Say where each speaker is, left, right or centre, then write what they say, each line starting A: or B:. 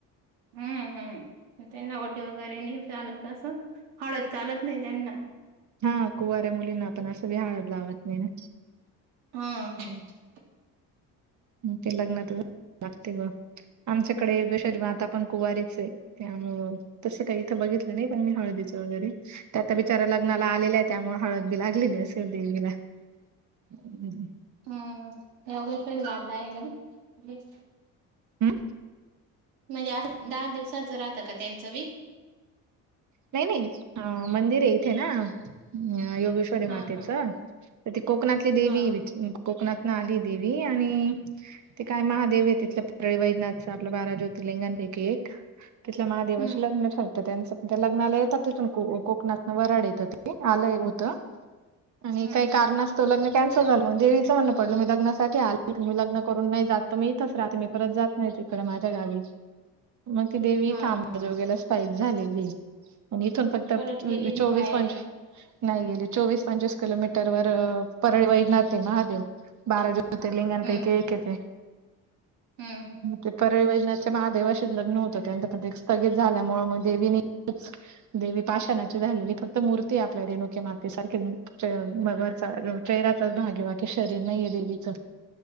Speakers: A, on the right; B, on the right.
A: हम्म-हम्म, म त्यांना ओटी वगैरे नई चालत असं, हळद चालत नाही त्यांना.
B: हा कुवाऱ्या मुलींना आपण अस बी हळद लावत नाही ना?
A: ह‌्.
B: ते लग्नात लागते ब आमच्याकडे <unintelligible> पण कुवारीचाय. त्यामुळं तसं काही इथं बघितलं नाही, पण मी हळदीचं वगैरे त्याता बिचारा लग्नाला आलेला आहे त्यामुळे हळद बी लागलेली असेल देवीला. हमम.
A: हम्म. यगश <unintelligible>
B: हम.
A: म्हणजे आज दहा दिवसाच राहतं का त्यांचं बी?
B: नाही नाही मंदिर आहे इथे ना योगेश री
A: हा
B: मातीच
A: हा
B: तर ती कोकणातली देवी
A: हा
B: कोकणातन आली देवी आणि ते काय महादेव आहे तिथल्या परळी वैजनाथच आपलं बारा ज्योतिर्लिंगांपैकी एक. तिथल्या महादेवाशी
A: हम्म
B: लग्न
A: हम्म
B: ठरतं त्यांचं. लग्नाला येतात तिथून को कोकणातन वराड येतं आलं होतं‌. आणि
A: हम्म
B: काही
A: हम्म
B: कारणं तो लग्न कॅनस झालो मून देवीच म्हण पडलं मी लग्नासाठी आले मी लग्न करून नाही जात तर मी इथच राहते मी परत जात नाही तिकडं माझ्या गावी.
A: <inaudible>
B: मग ती देवी
A: हा
B: आंबेजोगाई
A: हा
B: ला स्पाईस झालेली. आणि इथून फक्त
A: परत गेली
B: चोवीस
A: नि माहेरी
B: पंचवीस नाही गेले. चोवीस पंचवीस किलोमीटर व परळी वैजनाथ महादेव बारा ज्योतिर्लिंगा
A: हम्म
B: पैकी एक हाय ते.
A: हम्म हम्म
B: ते परळी‌ वैज महादेवशी लग्न होतं त्यांचं पण ते स्थगित झाल्यामुळे मग देविनी देवी पाशणाची झालेली फक्त मूर्ती आपल्या रेणुके माते सारखे. रच मग चेहऱ्याचाच भाग आहे बाकी शरीर नाहीये देवीचं.